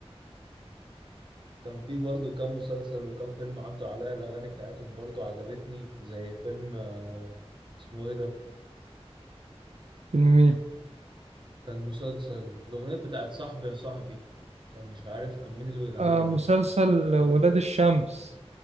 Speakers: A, on the right (about 45°); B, on the right (about 85°).
A: كان في برضو كام مسلسل وكام فيلم عدوا عليا الأغاني بتاعتهم برضو عجبتني زي فيلم آه، اسمه إيه ده
B: فيلم مين
A: كان مسلسل الأغنية بتاعت صاحبي يا صاحبي كان مش عارف كان مين اللي بيغنيها
B: آه، مسلسل ولاد الشمس